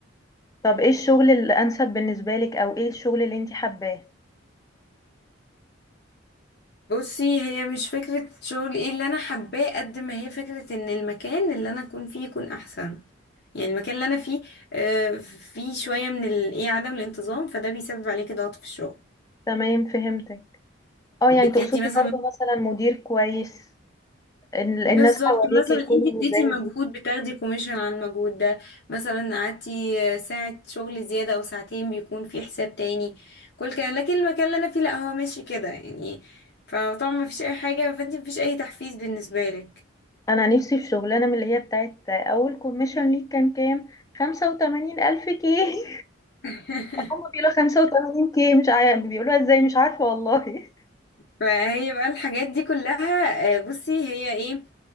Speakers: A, on the left (about 15°); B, on the left (about 50°).
A: طب ايه الشغل الانسب بالنسبة لك او ايه الشغل اللي انتي حباه؟
B: بصي هي مش فكرة شغل ايه اللي انا حباه قد ما هي فكرة ان المكان اللي انا اكون فيه يكون احسن يعني المكان اللي انا فيه آه، فيه شوية من ال- ايه عدم الانتظام فده بيسبب عليكي ضغط في الشغل
A: تمام فهمتك اه
B: بتدي
A: يعني تقصدي
B: مثلا
A: برضو مثلا مدير كويس ال-
B: بالظبط
A: الناس حواليك
B: مثلا
A: يكونوا
B: انت اديتي
A: لزاز
B: مجهود بتاخدي كوميشن على المجهود ده مثلا قعدتي آه، ساعة شغل زيادة او ساعتين بيكون في حساب تاني كل كده لكن المكان اللي انا فيه لا هو ماشي كده يعني فطبعا مفيش اي حاجة فانت مفيش اي تحفيز بالنسبة لك
A: انا نفسي في شغلانه من اللي هي بتاعت اول كوميشن ليك كان كام خمسة وتمانين الف كي <laughs>
B: <laughs>
A: هم بيقولوا خمسة وتمانين كي مش عارف بيقولوها ازاي مش عارفه والله
B: فهي بقى الحاجات دي كلها آه، بصي هي ايه